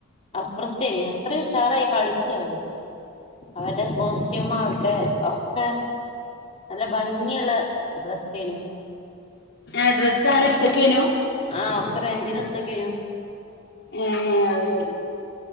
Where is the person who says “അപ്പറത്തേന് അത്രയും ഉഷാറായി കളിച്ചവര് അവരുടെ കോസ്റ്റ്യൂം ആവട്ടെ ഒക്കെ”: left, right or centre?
Left